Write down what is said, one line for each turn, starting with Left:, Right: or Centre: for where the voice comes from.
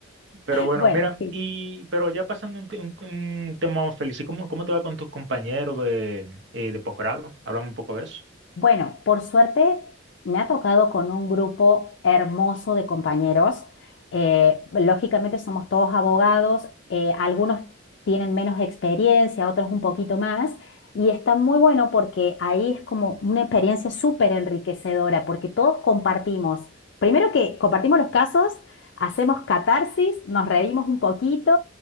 Right: pero bueno,
Left: bueno,
Right: mira,
Left: sí.
Right: y, pero ya pasando un, te- un- un tema más feliz, ¿y ¿cómo, cómo te va con tus compañeros de, eh, de posgrado? Hablamos un poco de eso.
Left: Bueno, por suerte me ha tocado con un grupo hermoso de compañeros. Eh, lógicamente somos todos abogados, eh, algunos tienen menos experiencia, otros un poquito más, y está muy bueno porque ahí es como una experiencia súper enriquecedora, porque todos compartimos, primero que compartimos los casos, hacemos catarsis, nos reímos un poquito,